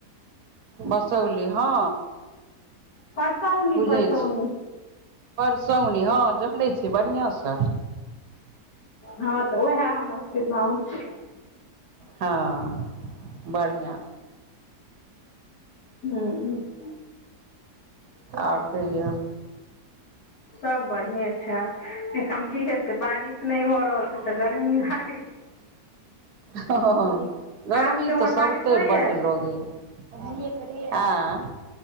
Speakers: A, on the right; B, on the left.
A: मसौली हँ।
B: परसौनी
A: बुझै
B: परसौनी।
A: छी परसौनी हँ देखने छियै बढ़िआँसँ।
B: हँ तऽ उएह हमर सबके गाँव छी।
A: हँ बढ़िआँ।
B: हूं।
A: आओर कहियौ।
B: सब बढ़िए छै एखन की हेतै तऽ बारिश नहि भ रहल छै तऽ गर्मी लागे छै।
A: हं। गर्मी
B: अहाँ सबके उम्हर
A: तऽ सभतरि
B: बारिश होइया
A: बड लगैये, आँ